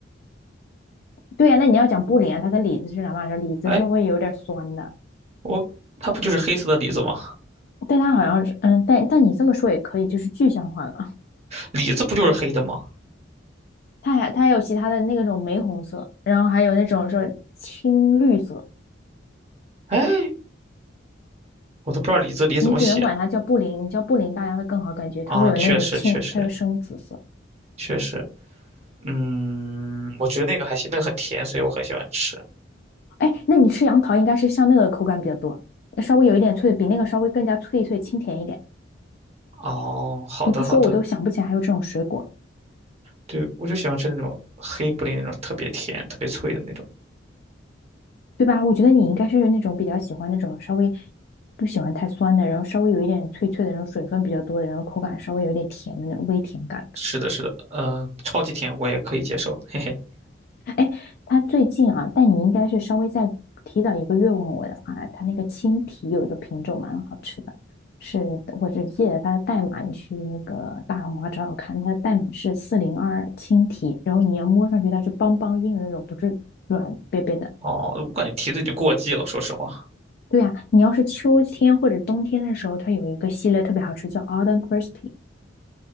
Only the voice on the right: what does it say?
哎，我它不就是黑色的李子吗？
李子不就是黑的吗？
哎，我都不知道李子李怎么写
啊！
确实，确实，
确实。嗯，我觉得那个还行，那个很甜，所以我很喜欢吃。
哦，好的好的，
对，我就喜欢吃那种黑布林那种特别甜、特别脆的那种。
是的，是的，呃，超级甜我也可以接受，嘿嘿。
哦，我感觉提子已经过季了，说实话。